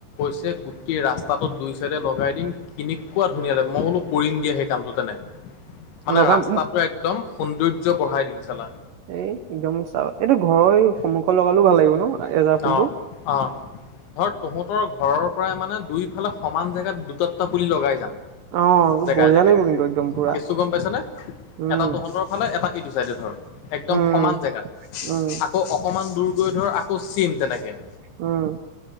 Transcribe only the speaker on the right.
লগাম
এই একদম চা এইটো ঘৰৰ সন্মুখ লগালো ভাল লাগিব ন' এজাৰ
ফুলটো।
অ
বঢ়িয়া
লাগিব কিন্তু একদম পুৰা
উম
উম
উম
উম।